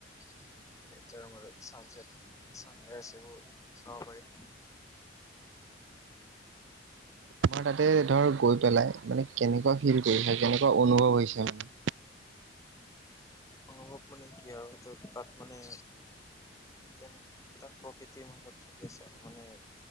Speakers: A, on the left; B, on the right.
A: নেচাৰৰ মাজত চানচেট, চানৰাইজ এইবোৰ চাব পাৰি।
B: তোমাৰ তাতে ধৰ গৈ পেলাই মানে কেনেকুৱা ফিল কৰিছে কেনেকুৱা অনুভৱ হৈছে মানে।
A: অনুভৱ মানে কি আৰু ত' তাত মানে। যেন তাত প্ৰকৃতিৰ মাজত থাকি চোৱা মানে